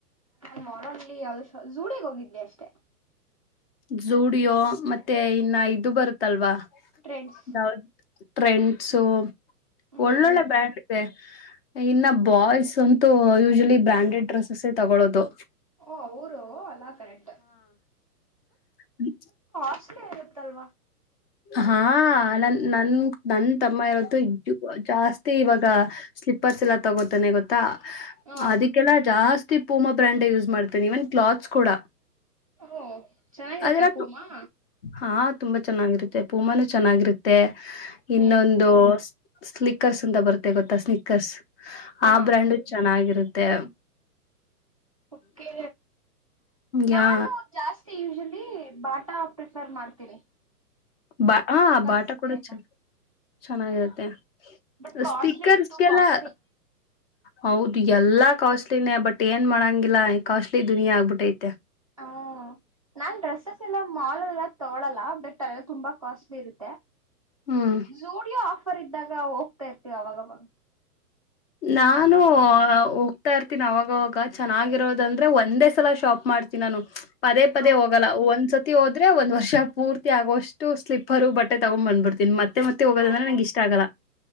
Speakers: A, on the right (about 25°); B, on the left (about 35°).
A: ನಾ ಮಾಲಾಲಿ ಯಾವ ಜೋಡಿಯೋಗೆ ಹೋಗಿದ್ವಿ ಅಷ್ಟೆ
B: ಜೋಡಿಯೋ ಮತ್ತೆ ಇನ್ನ ಇದು ಬರುತ್ತಲ್ವಾ
A: ಟ್ರೆಂಡ್ಸ್
B: ಯಾವ್ದ್ ಟ್ರೆಂಡ್ಸು
A: ಹ್ಮ್
B: ಒಳ್ಳೊಳ್ಳೆ ಬ್ರ್ಯಾಂಡ್ ಇದೆ ಇನ್ನು ಬಾಯ್ಸ್ ಅಂತೂ ಯೂಶಲಿ ಬ್ರ್ಯಾಂಡೆಡ್ ಡ್ರೆಸಸ್ ತಗೊಳೋದು
A: ಓ ಅವರು ಅಲ್ಲಾ ಕರೆಕ್ಟ್
B: ಹ್ಮ
A: ಅಷ್ಟಲೇ ಇರುತ್ತಲ್ವಾ
B: ಹಾ ನನ್ ನನ್ ನನ್ ತಮ್ಮ ಇರತ್ತುು ಜಾಸ್ತಿ ಇವಾಗ ಸ್ಲೀಪರ್ಸ್ ಎಲ್ಲ ತಗೋತಾನೆ ಗೊತ್ತಾ
A: ಹ
B: ಅದಕ್ಕೆಲ್ಲಾ ಜಾಸ್ತಿ ಪೂಮಾ ಬ್ರಾಂಡ್ ಯೂಸ್ ಮಾಡ್ತೇನಿ ಇವನ್ ಕ್ಲಾತ್ಸ್ ಕೂಡ
A: ಹ ಚೆನ್ನಾಗಿರ್ತಪ್ಪೂಮ್ಮಾ
B: ಅದೆಲ್ಲ ತು- ಹಾ ತುಂಬಾ ಚೆನ್ನಾಗಿರುತ್ತೆ ಪೂಮಾನೂ ಚೆನ್ನಾಗಿರುತ್ತೆ ಇನ್ನೊಂದು
A: ಹ್ಮ್
B: ಸ್ಲೀಕ್ಕರ್ಸ್ ಅಂತ ಬರುತ್ತೆ ಗೊತ್ತಾ ಸ್ಲಿಕ್ಕರ್ಸ್
A: ಹಾ
B: ಆ ಬ್ರ್ಯಾಂಡು ಚೆನ್ನಾಗಿರುತ್ ತೆ.
A: ಓಕೆ
B: ಯಾ
A: ನಾನು ಜಾಸ್ ತಿ ಯುಝಲೀ ಬಾಟಾ ಪ್ರಿಫರ್ ಮಾಡ್ತೀನಿ.
B: ಬ ಹ
A: ಸಿಲ್ಕರ್ಸ್ಗೆ
B: ಬಾಟ ಕೊಡ
A: ಎಲ್ಲ
B: ಚೆನ್. ಚೆನ್ನಾಗಿರುತ್ತೆ.
A: ಬಟ್ ಕಾಸ್ಟ್ಲಿ
B: ಸ್ಟಿಕರ್ಸ್ಗೆಲ್ಲಾ.
A: ಟು ಕಾಸ್ಟ್ಲಿ
B: ಹೌದು ಎಲ್ಲಾ ಕಾಸ್ಟ್ಲಿನೇ ಬಟ್ ಏನ್ ಮಾಡಂಗಿಲ್ಲ ಕಾಸ್ಟ್ಲಿ ದುನಿಯಾ ಆಗ್ಬಿಟ್ಟೈತೆ.
A: ಹ್ಮ ನಾನ್ ಡ್ರೆಸ್ಸಸ್ ಎಲ್ಲ ಮಾಲ್ಲ್ ಎಲ್ಲ ತೊಗೊಳಲ್ಲ ಬೆಟ್ ಅಲೆಲ್ ತುಂಬಾ ಕಾಸ್ಟ್ಲಿ ಇರುತ್ತೆ.
B: ಹ್ಮ್
A: ಝುಡಿಯೋ ಆಫರ್ ಇದ್ದಾಗ ಹೋಗ್ತಾ ಇರ್ತೀವ್ ಅವಾಗವಾಗ.
B: ನಾನು ಹೋಗ್ತಾ ಇರ್ತೀನಿ ಅವಾಗವಾಗ ಚೆನ್ನಾಗಿರೋದಂದ್ರೆ ಒಂದೇ ಸಲ ಶಾಪ್ ಮಾಡ್ತೀಣ್ ನಾನು. ಪದೇ ಪದೇ
A: ಹಾ
B: ಹೋಗಲ್ಲ ಒಂದ್ಸತ್ ತಿ ಹೋದ್ರೆ ಒಂದ್ ವರ್ಷ ಪೂರ್ತಿ ಆಗೊವಷ್ಟು ಸ್ಲೀಪರು ಬಟ್ಟೆ ತಗೊಂಡ್ ಬಂದ್ಬುಡ್ತಿನ್ ಮತ್ತೆ ಮತ್ತೆ ಮತ್ತೆ ಹೋಗೋದಂದ್ರೆ
A: ಓ
B: ನಂಗೆ ಇಷ್ಟ ಆಗಲ್ಲ